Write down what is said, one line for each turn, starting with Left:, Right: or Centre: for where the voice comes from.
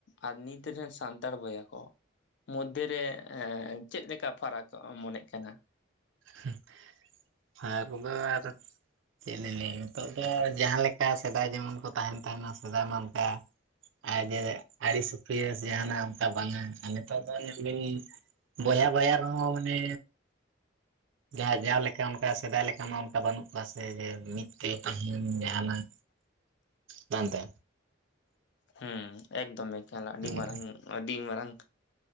Left: ᱟᱨ ᱱᱤᱛ ᱨᱮᱱ ᱥᱟᱱ ᱛᱟᱲ ᱵᱚᱭᱦᱟ ᱠᱚ ᱢᱚᱫᱽᱫᱷᱮᱨᱮ ᱪᱮᱫ ᱞᱮᱠᱟ ᱯᱷᱟᱨᱟᱠ ᱢᱚᱱᱮᱜ ᱠᱟᱱᱟ
Right: <unintelligible> ᱪᱮᱫ ᱞᱤᱧ ᱞᱟᱹᱭᱟ ᱱᱤᱛᱚᱜ ᱫᱚ ᱡᱟᱦᱟᱸ ᱞᱮᱠᱟ ᱥᱮᱫᱟᱭ ᱡᱮᱢᱚᱱ ᱠᱚ ᱛᱟᱦᱮᱸᱱ ᱛᱟᱦᱮᱱᱟ ᱥᱮᱫᱟᱭ ᱢᱟ ᱚᱱᱠᱟ <unintelligible> ᱟᱹᱲᱤᱥ <unintelligible> ᱵᱟᱝᱼᱟ ᱟᱨ ᱱᱤᱛᱚᱜ ᱫᱚ ᱧᱮᱞ ᱵᱤᱱ ᱵᱚᱭᱦᱟ ᱵᱚᱭᱦᱟ ᱨᱮᱦᱚᱸ ᱢᱟᱱᱮ ᱡᱟᱦᱟ ᱡᱟᱣ ᱞᱮᱠᱟ ᱚᱱᱠᱟ ᱥᱮᱫᱟᱭ ᱞᱮᱠᱟ ᱢᱟ ᱚᱱᱠᱟ ᱵᱟᱹᱱᱩᱜ ᱠᱚᱣᱟ ᱥᱮ ᱡᱮ ᱢᱤᱫ ᱛᱮ ᱛᱟᱦᱮᱱ ᱡᱟᱦᱟᱱᱟᱜ
Left: <unintelligible>
Right: ᱵᱟᱝᱛᱮ
Left: ᱦᱮᱸ ᱮᱠᱫᱚᱢ ᱮᱠᱷᱟᱱ ᱟᱹᱰᱤ
Right: ᱦᱳᱭ
Left: ᱢᱟᱨᱟᱝ ᱟᱹᱰᱤ ᱢᱟᱨᱟᱝ